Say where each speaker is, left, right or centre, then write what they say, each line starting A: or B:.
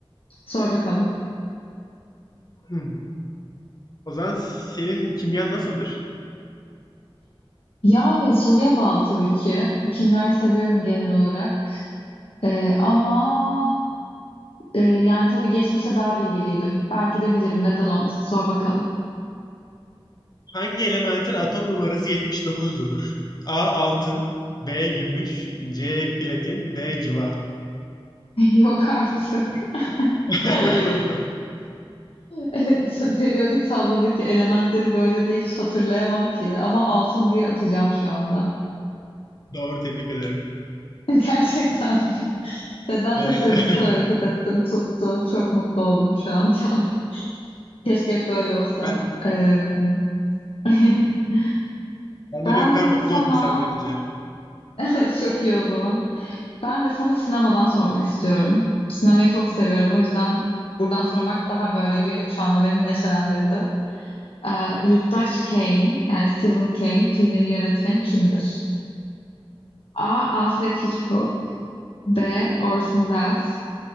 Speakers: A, on the left; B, on the left.
A: Sor bakalım.
B: Hmm. O zaman senin kimyan nasıldır?
A: Yani soruya bağlı tabii ki. Kimyayı seviyorum genel olarak. Ee, ama e, yani tabii geçmişte daha bilgiliydim. Belki de bilirim neden olmasın. Sor bakalım.
B: Hangi elementin atom numarası 79'dur? A altın, B gümüş, C platin, D civa.
A: <laughs> Yok artık.
B: <laughs>
A: <laughs> Evet, periyodik tablodaki elementleri böyle de hiç hatırlayamam ki. Ama altın diye atacağım şu anda.
B: Doğru tebrik ederim.
A: <laughs> Gerçekten mi? Nedense
B: Evet.
A: sezgisel
B: <laughs>
A: hareket ettim, tuttu. Çok mutlu oldum şu anda. <laughs> Keşke hep böyle olsa.
B: Ben
A: Ee, <laughs>
B: ben
A: ben
B: de bir o kadar mutlu
A: sana
B: oldum sen bilince.
A: <laughs> Çok iyi o zaman. Ben de sana sinemadan sormak istiyorum. Sinemayı çok seviyorum. O yüzden buradan sormak daha böyle bir şu anda beni neşelendirdi. Ee, Yurttaş Kane yani Citizen Kane filminin yönetmeni kimdir? A. Alfred Hitchcock B. Orson Welles